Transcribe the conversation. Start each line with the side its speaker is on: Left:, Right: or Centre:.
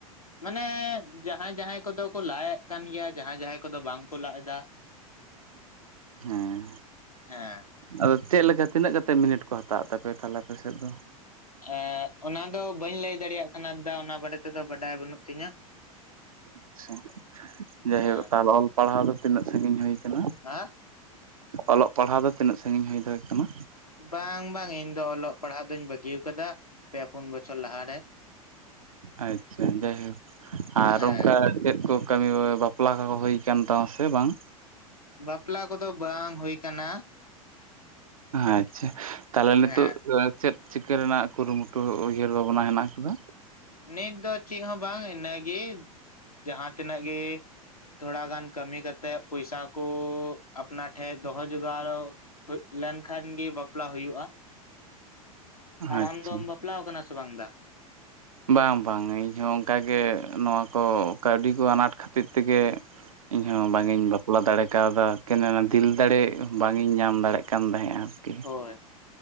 Left: ᱢᱟᱱᱮ ᱡᱟᱦᱟᱸᱭ ᱡᱟᱦᱟᱸᱭ ᱠᱚᱫᱚ ᱠᱚ ᱞᱟᱭᱮᱫ ᱠᱟᱱ ᱜᱮᱭᱟ ᱡᱟᱦᱟᱸᱭ ᱡᱟᱦᱟᱸᱭ ᱠᱚᱫᱚ ᱵᱟᱝ ᱠᱚ ᱞᱟᱜ ᱫᱟ᱾
Right: ᱦᱮᱸ᱾
Left: ᱦᱮᱸ
Right: ᱟᱫᱚ ᱪᱮᱜ ᱞᱮᱠᱟ ᱛᱤᱱᱟᱹᱜ ᱠᱟᱛᱮᱫ ᱢᱤᱱᱤᱴ ᱠᱚ ᱦᱟᱛᱟᱣ ᱮᱫ ᱛᱟᱯᱮᱭᱟ ᱛᱟᱦᱞᱮ ᱟᱯᱮ ᱥᱮᱫ ᱫᱚ?
Left: ᱮᱸᱜ ᱚᱱᱟ ᱫᱚ ᱵᱟᱹᱧ ᱞᱟᱹᱭ ᱫᱟᱲᱮᱭᱟᱜ ᱠᱟᱱᱟ ᱫᱟ ᱚᱱᱟ ᱵᱟᱲᱮ ᱛᱮᱫᱚ ᱵᱟᱰᱟᱭ ᱵᱟᱹᱱᱩᱜ ᱛᱤᱧᱟᱹ
Right: ᱟᱪᱪᱷᱟ ᱡᱟᱭᱦᱳ
Left: ᱦᱮᱸ
Right: ᱛᱟᱦᱚᱞᱮ ᱚᱞ ᱯᱟᱲᱦᱟᱣ ᱫᱚ ᱛᱤᱱᱟᱹᱜ ᱥᱟᱺᱜᱤᱧ ᱦᱩᱭ ᱠᱟᱱᱟ?
Left: ᱦᱟᱸ?
Right: ᱚᱞᱚᱜ ᱯᱟᱲᱦᱟᱣ ᱫᱚ ᱛᱤᱱᱟᱹᱜ ᱥᱟᱺᱜᱤᱧ ᱦᱩᱭ ᱫᱟᱲᱮ ᱠᱟᱱᱟ?
Left: ᱵᱟᱝ ᱵᱟᱝ ᱤᱧ ᱫᱚ ᱚᱞᱚᱜ ᱯᱟᱲᱦᱟᱜ ᱫᱩᱧ ᱵᱟᱹᱜᱤᱭ ᱠᱟᱫᱟ ᱯᱮ ᱯᱩᱱ ᱵᱚᱪᱷᱚᱨ ᱞᱟᱦᱟᱨᱮ᱾
Right: ᱟᱪᱪᱷᱟ, ᱡᱟᱭᱦᱳᱠ ᱟᱨ
Left: ᱦᱮᱸ
Right: ᱚᱱᱠᱟ ᱪᱮᱫ ᱠᱚ ᱠᱟᱹᱢᱤ ᱵᱟᱯᱞᱟ ᱠᱟᱠᱚ ᱦᱳᱭ ᱠᱟᱱ ᱛᱟᱢᱟ ᱥᱮ ᱵᱟᱝ?
Left: ᱵᱟᱯᱞᱟ ᱠᱚᱫᱚ ᱵᱟᱝ ᱦᱳᱭ ᱠᱟᱱᱟ᱾
Right: ᱟᱪᱪᱷᱟ ᱛᱟᱦᱞᱮ ᱱᱤᱛᱚᱜ
Left: ᱦᱮᱸ
Right: ᱪᱮᱫ ᱪᱤᱠᱟᱹ ᱨᱮᱱᱟᱜ ᱠᱩᱨᱩᱢᱩᱴᱩ ᱩᱭᱦᱟᱹᱨ ᱵᱷᱟᱵᱽᱱᱟ ᱦᱮᱸᱱᱟᱜ ᱠᱟᱫᱟ?
Left: ᱱᱤᱛ ᱫᱚ ᱪᱤᱜ ᱦᱚᱸ ᱵᱟᱝ ᱤᱱᱟᱹᱜᱤ ᱡᱟᱦᱟᱸ ᱛᱤᱱᱟᱹᱜ ᱜᱮ ᱛᱷᱚᱲᱟ ᱜᱟᱱ ᱠᱟᱹᱢᱤ ᱠᱟᱛᱮᱜ ᱯᱩᱭᱥᱟ ᱠᱩ ᱟᱯᱱᱟ ᱴᱷᱮᱡ ᱫᱚᱦᱚ ᱡᱚᱜᱟᱲᱚ ᱦᱩᱭᱩᱜ ᱞᱮᱱᱠᱷᱟᱱᱜᱤ ᱵᱟᱯᱞᱟ ᱦᱩᱭᱩᱜᱼᱟ᱾ ᱟᱨ
Right: ᱟᱪᱪᱷᱟ
Left: ᱟᱢ ᱫᱚᱢ ᱵᱟᱯᱞᱟᱣᱠᱟᱱᱟ ᱥᱮ ᱵᱟᱝ ᱫᱟ?
Right: ᱵᱟᱝ ᱵᱟᱝ ᱤᱧᱦᱚ ᱚᱱᱠᱟᱜᱮ ᱱᱚᱣᱟ ᱠᱚ ᱠᱟᱹᱣᱰᱤ ᱠᱚ ᱟᱱᱟᱴ ᱠᱷᱟᱹᱛᱤᱨ ᱛᱮᱜᱮ ᱤᱧᱦᱚᱸ ᱵᱟᱝ
Left: ᱦᱮᱸ
Right: ᱤᱧ ᱵᱟᱯᱞᱟ ᱫᱟᱲᱮ ᱠᱟᱣᱫᱟ, ᱠᱮᱱᱮᱱᱟ ᱫᱤᱞ ᱫᱟᱲᱮ ᱵᱟᱝ ᱤᱧ ᱧᱟᱢ ᱫᱟᱲᱮᱭ ᱠᱟᱱ ᱛᱟᱦᱮᱸᱜᱼᱟ ᱟᱨᱠᱤ,
Left: ᱦᱳᱭ